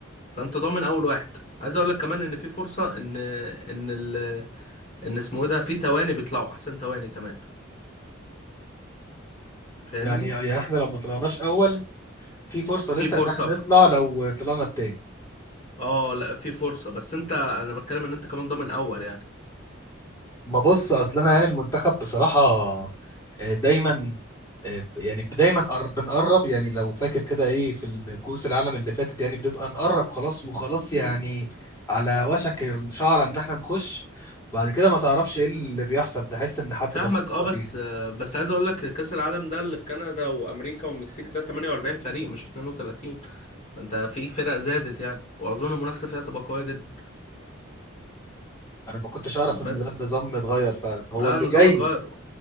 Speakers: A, on the left; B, on the left.
A: فانت ضامن اول واحد عايز اقول لك كمان ان في فرصة ان ان ال... ان اسمه ايه ده في تواني بيطلعوا احسن تواني كمان فاهمني
B: يعني يعني احنا لو ما طلعناش اول في فرصه
A: في
B: لسه
A: فرصة
B: ان احنا
A: في...
B: نطلع لو طلعنا التاني
A: اه لا في فرصة بس انت انا بتكلم ان انت كمان ضامن اول يعني
B: ما بص اصل انا يعني المنتخب بصراحه آه، دايما آه، يعني دايما قر- بنقرب يعني لو فاكر كده ايه في الكؤوس العالم اللي فاتت يعني بنبقى نقرب خلاص وخلاص
A: مم.
B: يعني على وشك الشعره ان احنا نخش بعد كده ما تعرفش ايه اللي بيحصل تحس ان حد
A: فاهمك
B: بسطنا
A: اه بس
B: فيها
A: آه، بس عايز اقول لك كاس العالم ده اللي في كندا وامريكا والمكسيك ده 48 فريق مش 32 انت في فرق زادت يعني واظن المنافسه فيها تبقى قويه جدا
B: انا ما كنتش اعرف ان
A: بس
B: ده النظام اتغير فعلا هو
A: لا
B: اللي
A: النظام
B: جاي
A: اتغير اه